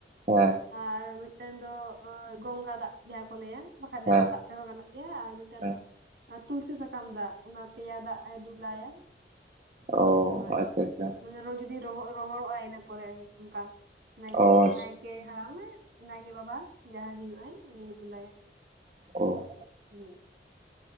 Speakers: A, on the right; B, on the right.
A: ᱦᱮᱸ᱾
B: ᱟᱨ ᱢᱤᱫᱴᱮᱱ ᱫᱚ ᱜᱚᱝᱜᱟ ᱫᱟᱜ ᱡᱟᱦᱟᱸ ᱠᱚ ᱞᱟᱹᱭᱟ ᱵᱟᱠᱷᱟᱡ ᱵᱮᱨᱮᱞ
A: ᱦᱮᱸ
B: ᱫᱟᱜ ᱛᱮᱦᱚᱸ ᱜᱟᱱᱚᱜ ᱜᱮᱭᱟ ᱟᱨ ᱢᱤᱫᱴᱮᱱ
A: ᱦᱮᱸ
B: ᱫᱚ ᱛᱩᱞᱥᱤ ᱥᱟᱠᱟᱢ ᱫᱟᱜ ᱚᱱᱟ ᱯᱮᱭᱟ ᱫᱟᱜ ᱫᱩᱞᱟᱭᱟ
A: ᱚ
B: ᱦᱳᱭ
A: ᱟᱪᱪᱷᱟ ᱟᱪᱪᱷᱟ
B: ᱮᱱᱨᱮᱦᱚᱸ ᱡᱩᱫᱤ ᱨᱚᱦᱚᱲᱚᱜ ᱟᱭ ᱤᱱᱟᱹ ᱯᱚᱨᱮ ᱚᱝᱠᱟ ᱱᱟᱭᱠᱮ
A: ᱚ
B: ᱱᱟᱭᱠᱮ ᱦᱟᱲᱟᱢ ᱮ ᱱᱟᱭᱠᱮ ᱵᱟᱵᱟ ᱡᱟᱦᱟᱸᱭ ᱦᱳᱭᱳᱜ ᱟᱭ ᱩᱱᱤ ᱫᱩᱞᱟᱭᱟᱭ᱾
A: ᱚ᱾
B: ᱦᱩᱸ᱾